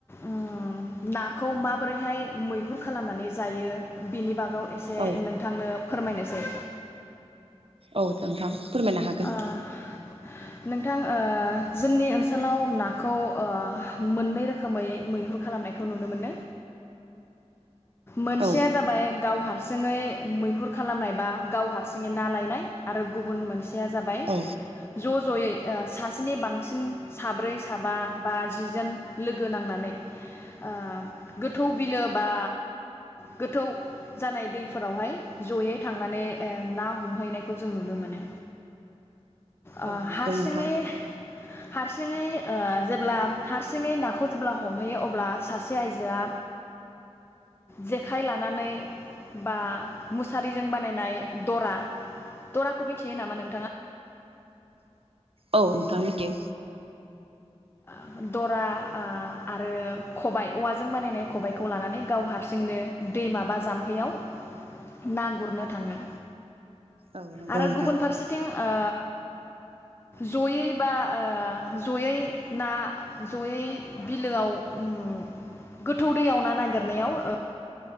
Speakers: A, on the left; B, on the right.
A: ओम नाखौ माबोरैहाय मैहुर खालामनानै जायो बेनि बागाव एसे
B: औ
A: नोंथांनो फोरमायनोसै।
B: औ नोंथां फोरमायनो हागोन।
A: ओ नोंथां ओ जोंनि ओनसोलाव नाखौ ओ मोननै रोखोमै मैहुर खालामनायखौ नुनो मोनो। मोनसेया
B: औ
A: जाबाय गाव हार सिङै मैहुर खालामनाय बा गाव हारसिङै ना लायनाय आरो गुबुन मोनसेया जा जाबाय
B: औ
A: जस जयै ओ सासेनि बांसिन साब्रै साबा बा जिजोन लोगो नांनानै ओ गोथौ बिलो बा गोथौ जानाय दैफोरावहाय जयै थांनानै ओ ना हमहैनायखौ जों नुनो मोनो। ओ
B: औ नंगौ
A: हारसिङै
B: नोंथां
A: हारसिङै ओ जेब्ला हारसिङै नाखौ जेब्ला हमहैयो अब्ला सासे आइजोआ जेखाइ लानानै बा मुसारिजों बानायनाय दरा। दराखौ मिथियो नामा नों
B: औ नोंथां मिथियो।
A: ओ दरा ओ आरो खबाय औवाजों बानायनाय खबाइखौ लानानै गाव हारसिंनो दै माबा जाम्फैयाव ना गुरनो थाङो।
B: औ नंगौ
A: आरो
B: नोंथां
A: गुबुन फारसेथिं ओ जयै बा ओ जयै ना जयै बिलोआव उम गोथौ दैयाव ना नागिरनायाव ओ